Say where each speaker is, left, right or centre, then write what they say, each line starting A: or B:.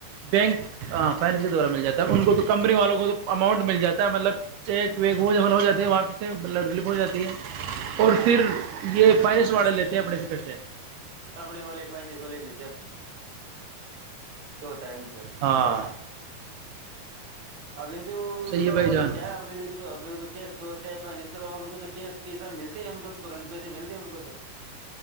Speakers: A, on the right; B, on the right.
A: بینک <unintelligible> ہاں فائننس کے دوارا مل جات ہے ان کو تو کمپنی والوں کو تو اماؤنٹ مل جاتا ہے مطلب چیک ویک ہو جا مطلب ہو جاتے ہے وہاں پے سے بل ریلیف ہو جاتی ہے اور
B: ہاں
A: پھر یہ فائننس والاے لیتے ہیں اپنے سے پیسے
B: سپنے والی پائ سو لے لی تب ہوتا ہے پہ
A: ہاں
B: ابھی سے وہ
A: صحیح
B: سوورم
A: ہے بھائی
B: والے
A: جان
B: کیا ہے اپنے لے کے تو اپنے کیش دو چائے پانی اسو ان کو تو کیش پیسہ ملتے ہیں ان کو تنت پیسے ملتے ہے ان کو تو <inaudible>